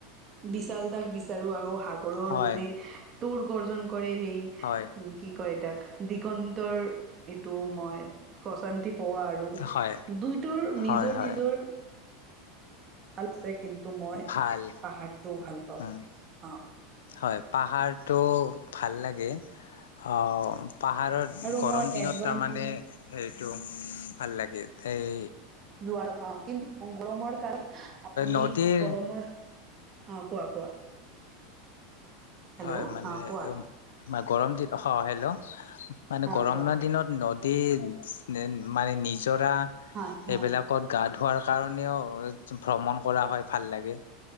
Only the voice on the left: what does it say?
হয়
হয়
হয়
হয় হয়
ভাল
উম
হয়, পাহাৰটো ভাল লাগে অ', পাহাৰত
গৰম
দিনত
তাৰমানে হেৰিটো ভাল লাগে, সেই
নদীৰ
হয় মানে,
উম মা গৰম দিন স, হেল্ল' মানে
গৰমৰ
দিনত নদ টি নে মানে নিজৰা
এইবিলাক কত গা ধোৱাৰ কাৰণেও ভ্ৰমণ ক কৰা হয়, ভাল লাগে